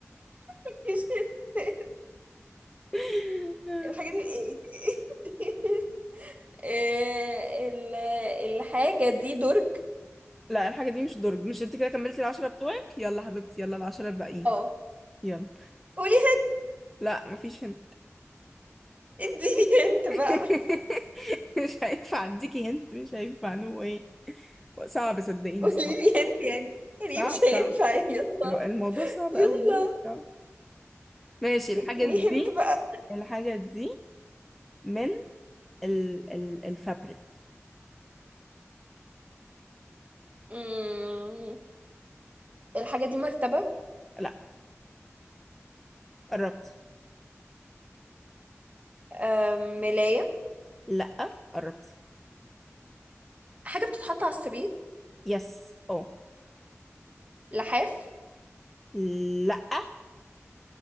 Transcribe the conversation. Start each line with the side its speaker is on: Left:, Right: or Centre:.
Right: <laughs> مش
Centre: <laughs>
Right: الحاجة دي <laughs> إيه ال- الحاجة دي درج
Centre: لا الحاجة دي مش درج مش انت كده كملتي العشرة بتوعك يلا حبيبتي يلا العشرة الباقيين
Right: اه
Centre: يلا
Right: قولي
Centre: لا مفيش هنت
Right: هنت اديني هنت بقى
Centre: <laughs>
Right: <laughs>
Centre: مش هينفع اديكي هنت مش هينفع نو صعب صدقيني
Right: قولي
Centre: صعب
Right: لي هنت يعني يعني
Centre: صعب
Right: مش هينفع
Centre: صعب
Right: يلا
Centre: الو- الموضوع صعب
Right: يلا
Centre: قوي لا لا صعب ماشي الحاجة
Right: اديني
Centre: دي
Right: هنت بقى
Centre: الحاجة دي من ال ال الفابريك
Right: مم. الحاجة دي مرتبة
Centre: لا قربت
Right: آم، ملاية
Centre: لا قربت
Right: حاجة بتتحط على السرير
Centre: يس اه
Right: لحاف
Centre: لا